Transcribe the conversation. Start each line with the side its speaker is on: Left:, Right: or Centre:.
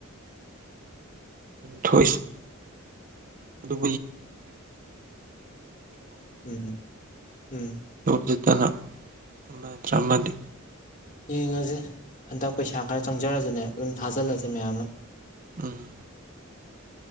Right: ꯊꯣꯏꯁ ꯑꯗꯨ
Left: ꯎꯝ ꯎꯝ
Right: ꯖꯤꯠꯇꯅ ꯑ ꯆꯃꯗꯤ
Left: ꯌꯦꯡꯉꯁꯤꯦ ꯍꯟꯗꯛ ꯄꯩꯁꯥ ꯈꯔ ꯆꯪꯖꯔꯁꯨꯅꯦ ꯑꯗꯨꯝ ꯊꯥꯖꯤꯜꯂꯁꯦ ꯃꯌꯥꯝꯅ
Right: ꯎꯝ